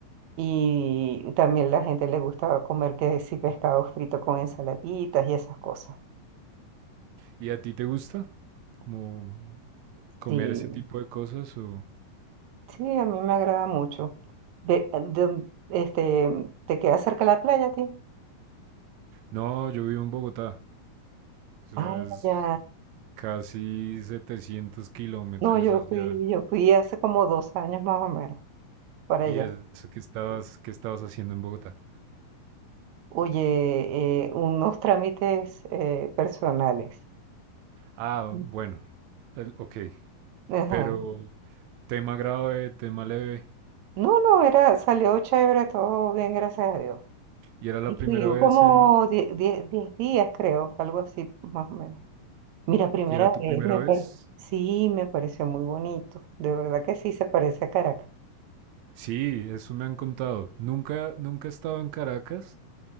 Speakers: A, on the right (about 70°); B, on the right (about 80°).
A: y también la gente le gusta comer que sí pescado frito con ensaladitas y esas cosas.
B: ¿Y a ti te gusta como comer
A: Sí,
B: ese tipo de cosas o...?
A: sí, a mí me agrada mucho. De, de- este, ¿te queda cerca la playa, a ti?
B: No, yo vivo en Bogotá. O sea,
A: Ah,
B: es
A: ya.
B: casi 700 kilómetros
A: No, yo
B: hacia...
A: fui, yo fui hace como dos años más o menos para
B: ¿Y
A: allá.
B: eso que estabas, que estabas haciendo en Bogotá?
A: Oye, eh, unos trámites eh, personales.
B: Ah,
A: Mm.
B: bueno, el- ok,
A: Ajá.
B: pero tema grave, tema leve.
A: No, no, era, salió chévere, todo bien, gracias a Dios.
B: ¿Y era la
A: Y
B: primera
A: fui
B: vez
A: como
B: en...
A: die- die- 10 días, creo, algo así, más o menos. Mira, primera
B: ¿Y era tu
A: vez,
B: primera
A: me
B: vez?
A: pare- sí, me pareció muy bonito, de verdad que sí, se parece a Caracas.
B: Sí, eso me han contado. Nunca, nunca he estado en Caracas,